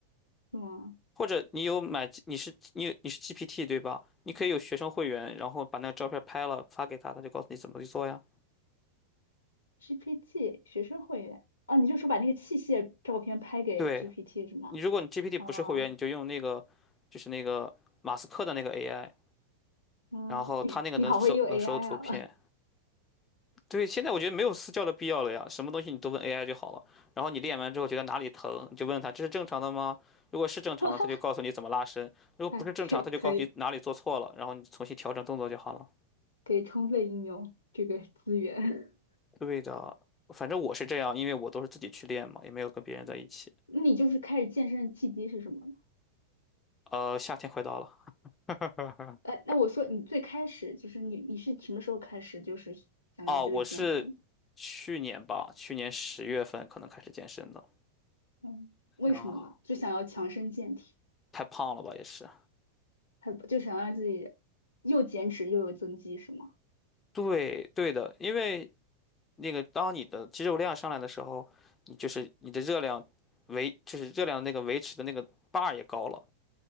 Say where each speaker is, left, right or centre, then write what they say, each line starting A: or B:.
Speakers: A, on the left (about 75°); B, on the left (about 20°).
A: 是吗
B: 或者你有买，你是你你是 GPT 对吧？你可以有学生会员，然后把那个照片拍了发给他，他就告诉你怎么去做呀。
A: ？GPT 学生会员哦，你就说把那个器械照片拍给
B: 对，
A: GPT 是吗？
B: 你如果你 GPT
A: 哦，
B: 不是会员，你就用那个就是那个马斯克的那个 AI，
A: 嗯，
B: 然后他那个能收能收图片，
A: 你你好会用 AI 啊，
B: 对，现在我觉得没有私教的必要了呀，什么东西你都问 AI 就好了。然后你练完之后觉得哪里疼，你就问他这是正常的吗？如果是正常的，
A: <laughs>
B: 他就告诉你怎么拉伸；如果不是正常，
A: 哎，
B: 他就告诉你哪里做错了，
A: 可以
B: 然后你重新调整动作就好了。
A: 可以充分应用这个资源。
B: 对的，反正我是这样，因为我都是自己去练嘛，也没有跟别人在一起。
A: 那你就是开始健身的契机是什么呢？
B: 呃，夏天快到了，<laughs>
A: 呃，那我说你最开始就是你你是什么时候开始就是想要就是健身？
B: 哦，我是去年吧，去年十月份可能开始健身的，
A: 嗯，为什么呢？
B: 然后
A: 就想要强身健体，
B: 太胖了吧也是。
A: 还就想让自己又减脂又有增肌是吗？
B: 对对的，因为那个当你的肌肉量上来的时候，你就是你的热量维，就是热量的那个维持的那个 bar 也高了。